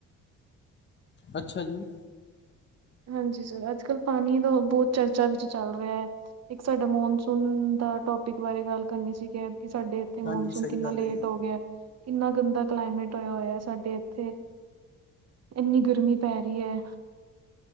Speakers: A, on the left; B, on the right.
A: ਅੱਛਾ ਜੀ
B: ਹਾਂਜੀ ਸਰ, ਅੱਜ ਕਲ੍ਹ ਪਾਣੀ ਦਾ ਬਹੁਤ ਚਰਚਾ ਵਿੱਚ ਚੱਲ ਰਿਹਾ ਹੈ। ਇੱਕ ਸਾਡਾ ਮੌਨਸੂਨ ਦਾ ਟੋਪਿਕ ਬਾਰੇ ਗੱਲ ਕਰਨੀ ਸੀਗੀ, ਕਿ ਸਾਡੇ ਇਥੇ
A: ਹਾਂਜੀ
B: ਮਨਸੂਨ
A: ਸਹੀ
B: ਕਿੰਨਾ
A: ਗੱਲ
B: ਲੇਟ
A: ਹੈ ਜੀ
B: ਹੋ ਗਿਆ, ਕਿੰਨਾ ਗੰਦਾ ਕਲਾਈਮੇਟ ਹੋਇਆ ਹੋਇਆ ਸਾਡੇ ਇੱਥੇ ਇੰਨੀ ਗਰਮੀ ਪੈ ਰਹੀ ਹੈ